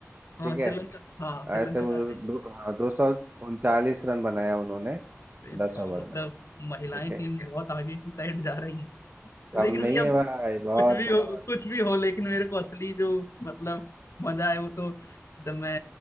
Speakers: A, on the left (about 65°); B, on the right (about 40°).
A: हाँ
B: ठीक है
A: श्रीलंका हाँ श्रीलंका
B: ऐसे उन्होंने
A: हार गई
B: दो, हाँ, दो सौ उनचालीस रन बनाया उन्होंने
A: अरे
B: दस
A: वाह
B: ओवर
A: मतलब
B: में
A: महिलाएं
B: ठीक है
A: टीम बहुत आगे की साइड जा रही है
B: कम
A: लेकिन
B: नहीं
A: भैया
B: है भाई बहुत
A: कुछ भी
B: बहुत
A: हो कुछ भी हो लेकिन मेरे को असली जो मतलब मजा है वो तो जब मैं